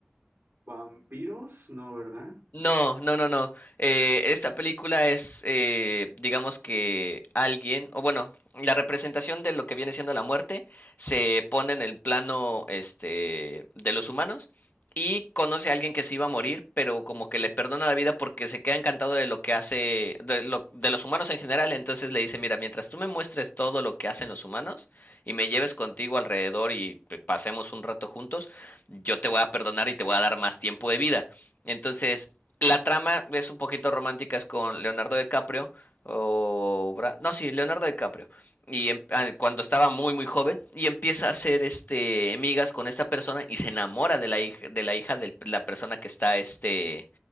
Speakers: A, on the right; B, on the left.
A: vampiros, ¿no? ¿Verdad?
B: No, no, no, no. Eh, esta película es, eh, digamos que alguien, o bueno, la representación de lo que viene siendo la muerte se pone en el plano, este, de los humanos y conoce a alguien que se iba a morir, pero como que le perdona la vida porque se queda encantado de lo que hace, de lo- de los humanos en general. Entonces le dice, mira, mientras tú me muestres todo lo que hacen los humanos y me lleves contigo alrededor y pues, pasemos un rato juntos, yo te voy a perdonar y te voy a dar más tiempo de vida. Entonces, la trama es un poquito romántica, es con Leonardo DiCaprio. O Bra- no, sí, Leonardo DiCaprio. Y em- ah, cuando estaba muy, muy joven, y empieza a hacer este amigas con esta persona y se enamora de la hija, de la hija de la persona que está este,